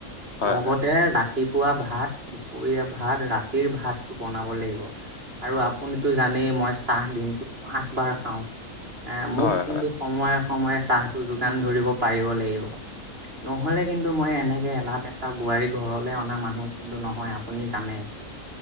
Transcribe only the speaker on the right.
লগতে
ৰাতিপুৱা ভাত দুপৰীয়া ভাত, ৰাতিৰ ভাতটো বনাব লাগিব। আৰু আপুনিতো জানেই মই চাহ দিনটো পাঁচবাৰ খাওঁ। এ মোক
কিন্তু
সময়ে-সময়ে চাহটো যোগান ধৰিব পাৰিব লাগিব। <unintelligible> নহ'লে কিন্তু মই এনেকে এলাহ-পেচাহ বোৱাৰী ঘৰলৈ অনা মানুহ কিন্তু নহয় আপুনি জানে। <inaudible>